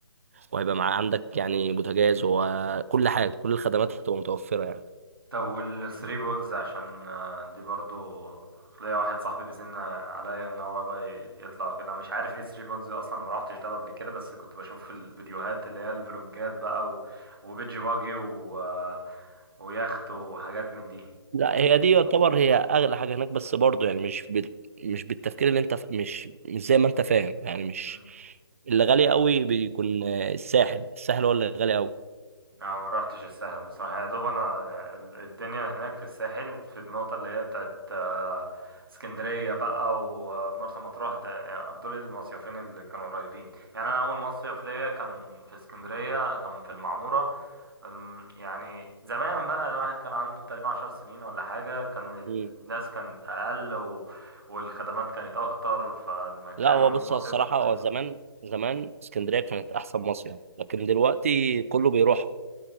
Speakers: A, on the right; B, on the right.
A: وهيبقى معاك عندك يعني بوتاجاز وكل حاجه كل الخدمات هتبقى متوفره يعني
B: طب والثري بولز عشان آه، دي برضو ليا واحد صاحبي بيزن عليا ان هو بقى يطلع وكده أنا مش عارف ايه ثري بولز اصلا أنا ما روحتش ده قبل كده بس كنت بشوف في الفيديوهات اللي هي الفلوجات بقى و... وبيجي باجي و... آه، ويخت وحاجات من
A: لا هي دي يعتبر هي اغلى حاجه هناك بس برضو يعني مش بال... مش بالتفكير اللي انت ف... مش مش زي ما انت فاهم يعني مش
B: دي
A: اللي غالي قوي بيكون آه، الساحل الساحل هو اللي غالي قوي
B: انا ما روحتش الساحل بصراحة يا دوب انا ال- الدنيا هناك في الساحل في النقطة اللي هي بتاعت آه، اسكندرية بقى ومرسى مطروح ده يعني دول المصيفين اللي كانوا قريبين يعني انا اول مصيف ليا كان في اسكندرية كان في المعمورة الم- يعني زمان بقى الواحد كان عنده تقريبا عشر سنين ولا حاجة كان الناس
A: مم.
B: كان اقل و... والخدمات كانت اكتر فالمكان
A: لا هو
B: والمصيف
A: بص هو الصراحه
B: كان رايق
A: هو زمان زمان اسكندريه كانت احسن مصيف لكن دلوقتي كله بيروح